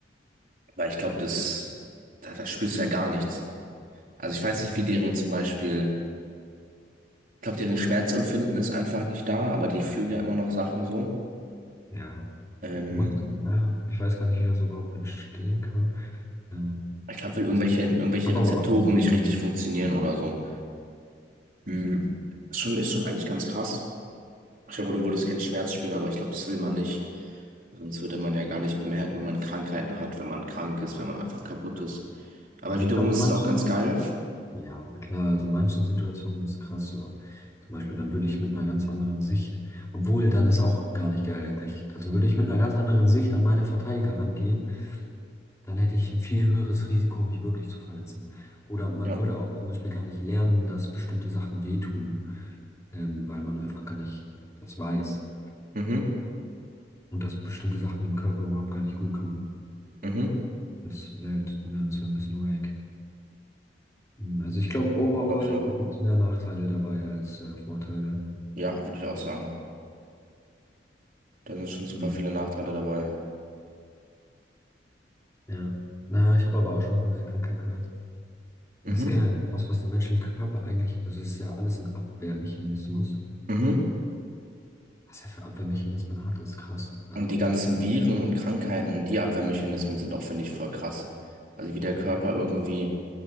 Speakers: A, on the right (about 50°); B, on the left (about 15°).
A: weil ich glaube, das, da, da spürst du ja gar nichts. Also ich weiß nicht, wie deren zum Beispiel, ich glaube, deren Schmerzempfinden ist einfach nicht da, aber die fühlen ja immer noch Sachen so.
B: Ja,
A: Ähm,
B: muss, ja, ich weiß gar nicht, wie das überhaupt entstehen kann. Ähm,
A: ich glaube, weil irgendwelche,
B: das
A: irgendwelche
B: habe
A: Rezeptoren
B: aber auch schon davon
A: nicht richtig
B: gehört.
A: funktionieren oder so. Mhm. Ist schon, ist schon eigentlich ganz krass. Ich glaube, du würdest keinen Schmerz spüren, aber ich glaube, das will man nicht. Sonst würde man ja gar nicht bemerken, wenn man Krankheiten hat, wenn man krank ist, wenn man einfach kaputt ist. Aber
B: Also
A: wiederum
B: ich glaube,
A: ist
B: in manchen,
A: es auch ganz geil.
B: ja, na klar, also in manchen Situationen ist es krass so. Zum Beispiel, dann würde ich mit einer ganz anderen Sicht, obwohl, dann ist auch gar nicht geil eigentlich. Also würde ich mit einer ganz anderen Sicht an meine Verteidiger rangehen, dann hätte ich ein viel höheres Risiko, mich wirklich zu verletzen. Oder man
A: Ja.
B: würde auch zum Beispiel gar nicht lernen, dass bestimmte Sachen wehtun. ähm, weil man einfach gar nicht das weiß
A: Mhm.
B: und dass bestimmte Sachen dem Körper überhaupt gar nicht gut kommen.
A: Mhm.
B: Das wäre halt, ne, das wäre ein bisschen wack. Hm, Also ich glaube, overall
A: Glaube ich auch.
B: gibt es mehr Nachteile dabei als äh, Vorteile.
A: Ja, würde ich auch sagen. Da sind schon super
B: Hm.
A: viele Nachteile dabei.
B: Ja. Na, ich habe aber auch schon von der Krankheit gehört.
A: Mhm.
B: Das ist generell krass, was der menschliche Körper eigentlich, also es ist ja alles ein Abwehrmechanismus.
A: Mhm.
B: Was er für Abwehrmechanismen hat, ist krass. Also,
A: Und die ganzen Viren und Krankheiten, die Abwehrmechanismen sind auch, finde ich, voll krass. Also wie der Körper irgendwie